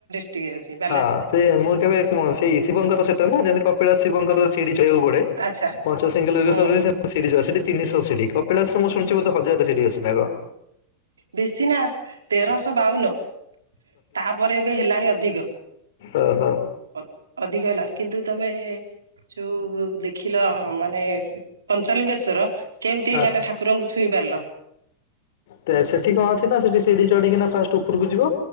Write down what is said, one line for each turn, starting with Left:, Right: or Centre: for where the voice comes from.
Right: ଟିକେ ଅଛି ବା
Left: ହଁ ସେ ମୁଁ କେବେ ମ-ସେଇ ଶିବଙ୍କର ସେଟା ନା ଯେମତି କପିଳାସ ଶିବଙ୍କର ସିଡି ଚଢିବାକୁ ପଡେ।
Right: ଆଚ୍ଛା
Left: ପଞ୍ଚସିଙ୍ଗେଲେଶ୍ଵର
Right: ହୁଁ
Left: ରେ ସେ <inaudible> ସିଡି ଚଢା, ସେଠି ତିନିଶହ ସିଡି। କପିଳାସ ର ମୁଁ ଶୁଣିଛି ବୋଧେ ହଜାରେ ଟା ସିଡି ଅଛି ନା କଣ?
Right: ବେଶୀ ନା ତେରଶହ ବାଉନ। ତାପରେ ଏବେ ହେଲାଣି ଅଧିକ।
Left: ଓ ହୋ।
Right: ଅଧ ଅଧିକ ହେଲାଣି। କିନ୍ତୁ ତୋମେ ଯୋଉ ଦେଖିଲ ମାନେ ପଞ୍ଚଲିଙ୍ଗେଶ୍ଵର କେମତି
Left: ହଁ।
Right: ମାନେ ଠାକ କୁରଙ୍କୁ ଛୁଇଁ ପାରିଲ?
Left: ତେ ସେଠି କଣ ଅଛି ନା ସେଠି ସିଡି ଚଢିକିନା ଫାଷ୍ଟ ଉପରକୁ ଯିବ।